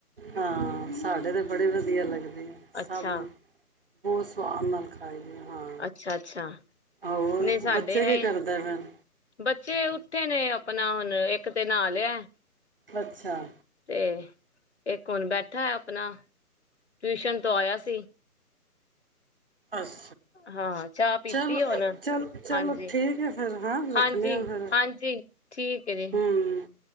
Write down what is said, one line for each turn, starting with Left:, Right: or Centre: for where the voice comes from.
Right: ਹਾਂ। ਸਾਡੇ ਤਾਂ ਬੜੇ ਵਧੀਆ ਲੱਗਦੇ ਆ।
Left: ਅੱਛਾ।
Right: ਸਭ ਨੂੰ ਬਹੁਤ ਸੋਵਾਦ ਨਾਲ ਖਾਈਦੇ ਹਾਂ।
Left: ਅੱਛਾ ਅੱਛਾ
Right: ਆਹ
Left: ਨਹੀਂ ਸਾਡੇ
Right: ਬੱਚੇ ਕੀ
Left: ਇਹ
Right: ਕਰਦੇਣ।
Left: ਬੱਚੇ ਉੱਥੇ ਨੇ ਆਪਣਾ ਹੁਣ ਇੱਕ ਤੇ ਨਹਾ ਲਿਆ।
Right: ਅੱਛਾ
Left: ਤੇ ਇੱਕ ਹੁਣ ਬੈਠਾ ਹੈ ਆਪਣਾ। ਟਿਊਸ਼ਨ ਤੋਂ ਆਇਆ ਸੀ।
Right: ਅਸ।
Left: ਹਾਂ ਚਾਹ ਪੀਤੀ
Right: ਚਲੋ,
Left: ਹੁਣ
Right: ਚੱਲ ਚਲੋ,
Left: ਹਾਂਜੀ
Right: ਠੀਕ ਹੈ। ਫੇਰ ਹਾਂ। ਰੱਖਣੇ
Left: ਹਾਂਜੀ
Right: ਆ ਫਿਰ
Left: ਹਾਂਜੀ ਠੀਕ ਹੈ ਜੀ।
Right: ਹੂੰ